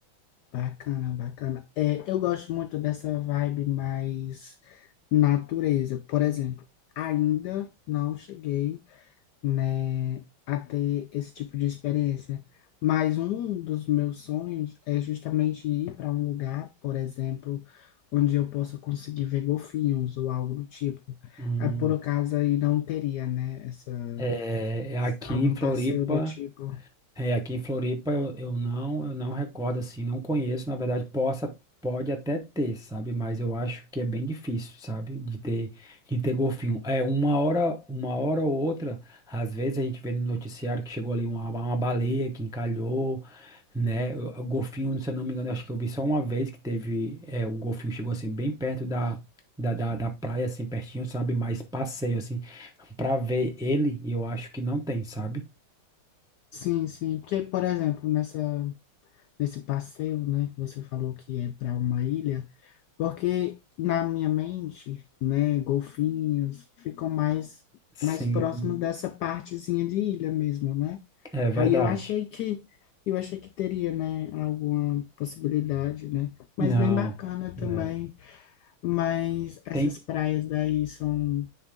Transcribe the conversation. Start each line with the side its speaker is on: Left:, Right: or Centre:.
Left: Bacana, bacana. É, eu gosto muito dessa vibe mais natureza. Por exemplo, ainda não cheguei, né, a ter esse tipo de experiência. Mas um dos meus sonhos é justamente ir para um lugar, por exemplo, onde eu possa conseguir ver golfinhos ou algo do tipo.
Centre: Hum,
Left: Ah, Por acaso aí não teria, né, essa,
Centre: é, é aqui
Left: algum
Centre: em Floripa.
Left: passeio do tipo.
Centre: É, aqui em Floripa eu, eu não, eu não recordo assim, não conheço, na verdade, possa, pode até ter, sabe? Mas eu acho que é bem difícil, sabe? De ter, de ter golfinho. É, uma hora, uma hora ou outra, às vezes a gente vê no noticiário que chegou ali uma, uma baleia que encalhou, né? O, o golfinho, se eu não me engano, eu acho que eu vi só uma vez que teve, é, o golfinho chegou assim bem perto da Da, da, da praia, assim, pertinho, sabe? Mas passeio, assim, pra ver ele, eu acho que não tem, sabe?
Left: Sim, sim. Porque, por exemplo, nessa desse passeio, né, que você falou que é para uma ilha, porque na minha mente, né, golfinhos ficam mais
Centre: Sim.
Left: mais próximo dessa partezinha de ilha mesmo, né?
Centre: É verdade.
Left: Aí eu achei que eu achei que teria, né, alguma possibilidade, né? Mas
Centre: Não,
Left: bem bacana também,
Centre: é,
Left: mas essas
Centre: tem.
Left: praias daí são